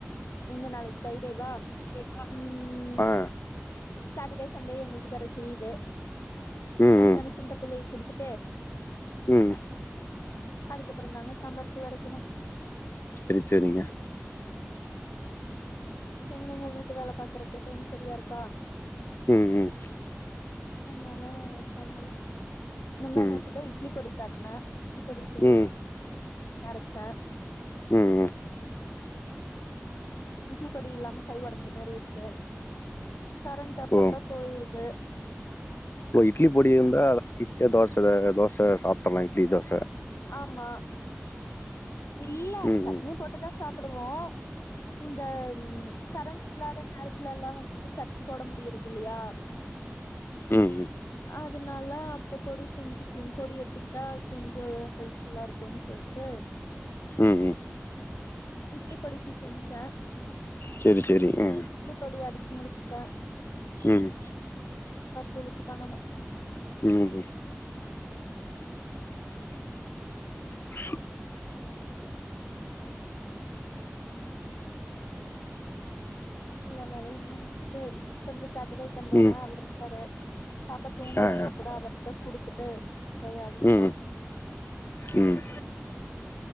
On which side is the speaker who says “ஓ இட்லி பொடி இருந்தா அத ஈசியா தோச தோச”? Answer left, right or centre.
Left